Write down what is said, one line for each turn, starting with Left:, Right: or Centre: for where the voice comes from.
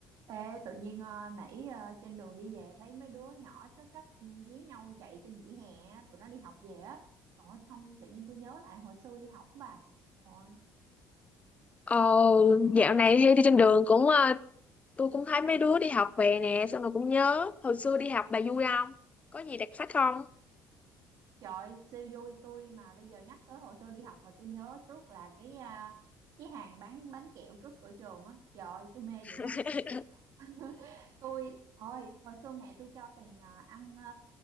Right: Ê, tự nhiên ờ, nãy ờ, trên đường đi về thấy mấy đứa nhỏ chó trách dí nhau chạy trên vỉa hè á, tụi nó đi học về á rồi xong tự nhiên tôi nhớ lại hồi xưa đi học bà Ôi,
Left: Ờ, dạo này thì đi trên đường cũng ờ, tôi cũng thấy mấy đứa đi học về nè xong rồi cũng nhớ hồi xưa đi học bà vui không có gì đặc sắc không
Right: trời siêu vui tôi mà bây giờ nhắc tới hồi xưa đi học là tôi nhớ trước là cái à, cái hàng bán bánh kẹo trước cửa trường á trời tôi mê
Left: <laughs>
Right: dữ lắm <laughs> tôi ôi hồi xưa mẹ tôi cho tiền à, ăn ờ,